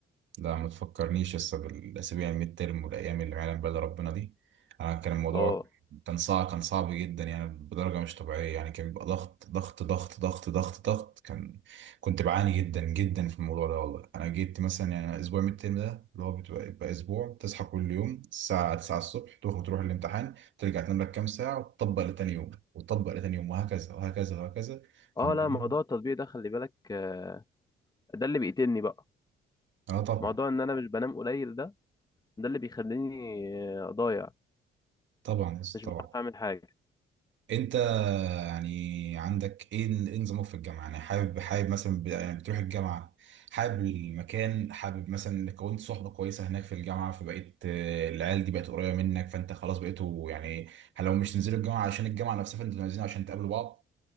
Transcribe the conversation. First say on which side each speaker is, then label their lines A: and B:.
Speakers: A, on the right; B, on the left.
A: لا ما تفكرنيش لسه بالاسابيع الميد ترم والايام اللي ما يعلم بها إلا ربنا دي انا كان الموضوع
B: اه
A: كان صعب كان صعب جدا يعني بدرجه مش طبيعيه يعني كان بيبقى ضغط ضغط ضغط ضغط ضغط ضغط كان كنت بعاني جدا جدا في الموضوع ده والله انا جيت مثلا يعني اسبوع الميد ترم ده اللي هو بتبقى بيبقى اسبوع تصحى كل يوم الساعه 9 الصبح تخرج تروح الامتحان ترجع تنام لك كام ساعه وتطبق لتاني يوم وتطبق لتاني يوم وهكذا وهكذا وهكذا فبالليل-
B: اه لا موضوع التطبيق ده خلي بالك آه، ده اللي بيقتلني بقى
A: اه طبعا
B: موضوع ان انا مش بنام قليل ده ده اللي بيخليني آه، ضايع
A: طبعا يا أستاذ،
B: مش بعرف
A: طبعا
B: اعمل حاجه
A: انت يعني عندك ايه ال- ايه نظامك في الجامعه يعني حابب حابب مثلا ب- يعني بتروح الجامعه حابب المكان حابب مثلا انك كونت صحبه كويسه هناك في الجامعه فبقيت آه، العيال دي بقت قريبه منك فانت خلاص بقيتوا يعني لو مش تنزلوا الجامعه عشان الجامعه نفسها فانتوا نازلين عشان تقابلوا بعض